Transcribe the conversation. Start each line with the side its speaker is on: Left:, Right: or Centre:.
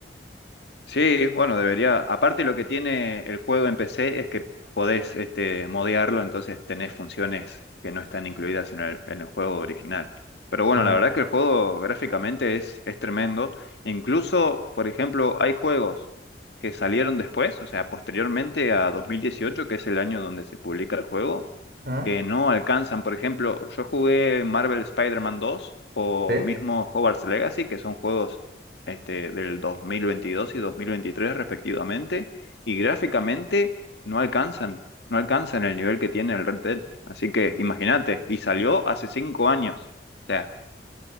Left: Sí, bueno, debería. Aparte, lo que tiene el juego en PC es que podés este, modearlo, entonces tenés funciones que no están incluidas en el, en el juego original. Pero bueno,
Right: Mm,
Left: la verdad es que el juego gráficamente es, es tremendo. Incluso, por ejemplo, hay juegos que salieron después, o sea, posteriormente a 2018, que es el año donde se publica el juego,
Right: mm,
Left: que no alcanzan. Por ejemplo, yo jugué Marvel Spider-Man 2 o
Right: sí.
Left: mismo Hogwarts Legacy, que son juegos este, del 2022 y 2023 respectivamente, y gráficamente no alcanzan, no alcanzan el nivel que tiene el Red Dead. Así que imagínate, y salió hace cinco años. O sea,